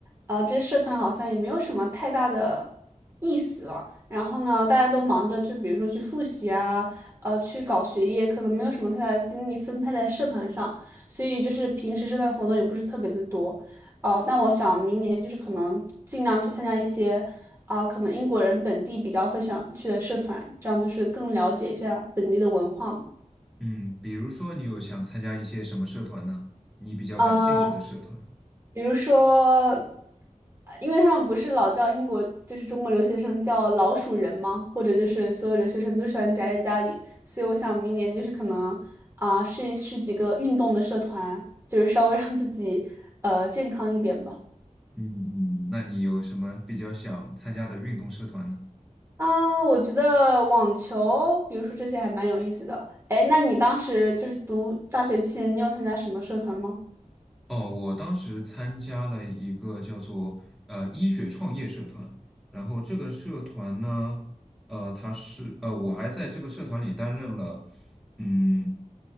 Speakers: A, on the right (about 20°); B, in the centre.
A: 呃，这社团好像也没有什么太大的意思了。然后呢，大家都忙着，就比如说去复习啊，呃，去搞学业，可能没有什么太大的精力分配在社团上。所以就是平时社团活动也不是特别的多，呃，但我想明年就是可能尽量去参加一些，啊、可能英国人本地比较会想去的社团，这样就是更了解一下本地的文化嘛。
B: 嗯，比如说你有想参加一些什么社团呢？你比较感兴趣的社团。
A: 呃，比如说，呃因为他们不是老叫英国就是中国留学生叫老鼠人吗？或者就是所有留学生都喜欢宅在家里，所以我想明年就是可能啊、试一试几个运动的社团，就是稍微让自己呃健康一点吧。
B: 嗯嗯，那你有什么比较想参加的运动社团呢？
A: 嗯，我觉得网球，比如说这些还蛮有意思的。哎，那你当时就是读大学期间，你有参加什么社团吗？
B: 哦，我当时参加了一个叫做呃医学创业社团，然后这个社团呢，呃，它是呃，我还在这个社团里担任了，嗯，